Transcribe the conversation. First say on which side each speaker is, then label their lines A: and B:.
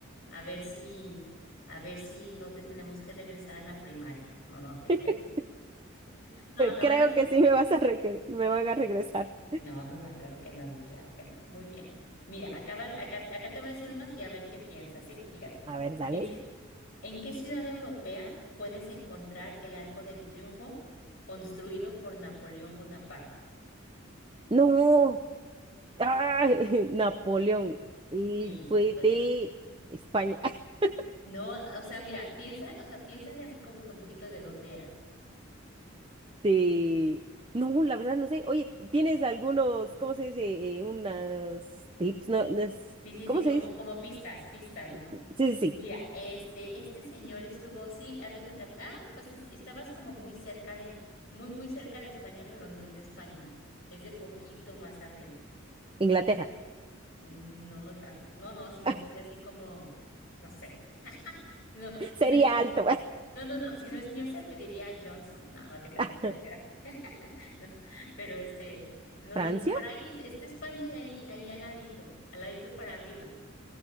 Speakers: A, on the left; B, on the right.
A: A ver si, a ver si no te tenemos que regresar a la primaria. No, no te
B: <laughs>
A: creo. No, no
B: Creo
A: van a ser.
B: que sí me vas a regre- me van a regresar.
A: No, no, no, claro que no, Di, claro que no. Muy bien. Mira, acá, va- acá, acá te voy a decir unas y a ver qué piensas, ¿sí? Fíjate.
B: A ver, dale.
A: Dice, ¿en qué ciudad europea puedes encontrar el Arco del Triunfo construido por Napoleón Bonaparte?
B: No, ¡Ah! <laughs> Napoleón. Y
A: Sí.
B: fue
A: O-
B: de España. <laughs>
A: No, o sea, mira, piensa, o sea, piénsale así como que un poquito de dónde era.
B: De... No, la verdad no sé. Oye, ¿tienes algunos, cómo se dice? Eh, unas tips, no, no es-
A: Sí, sí,
B: ¿cómo
A: sí, como,
B: se dice?
A: como pistas, pistas, ¿no?
B: Sí, sí, sí.
A: Mira, este, este señor estuvo, sí, haz de cuenta, ah, pues es- estabas como muy cerca de, muy, muy cerca de España, pero no es de España, es de poquito más arriba.
B: Inglaterra.
A: No, no tanto, no, no, si no
B: <laughs>
A: sería así como, no sé, <laughs> si no, si
B: Sería
A: no, si no-
B: alto.
A: no, no, no, si no el señor se pediría Johnson, no, no te creas,
B: <laughs>
A: no sé, pero, <laughs> no, pero este, no,
B: Francia.
A: no, no, por ahí, es, es de España y ahí, ahí al ladito, al ladito para arriba,